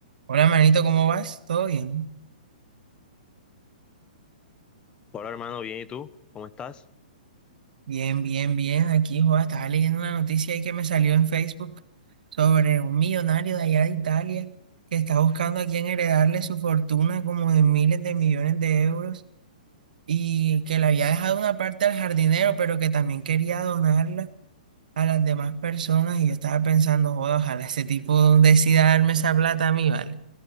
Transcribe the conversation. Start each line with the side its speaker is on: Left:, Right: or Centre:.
Right: Hola, manito, ¿cómo vas? ¿Todo bien?
Left: Hola hermano, bien, ¿y tú? ¿Cómo estás?
Right: Bien, bien, bien. Aquí, joda, estaba leyendo una noticia ahí que me salió en Facebook sobre un millonario de allá de Italia que está buscando a quien heredarle su fortuna como de miles de millones de euros y que le había dejado una parte al jardinero, pero que también quería donarla a las demás personas. Y yo estaba pensando, joda, ojalá ese tipo decida darme esa plata a mí, ¿vale?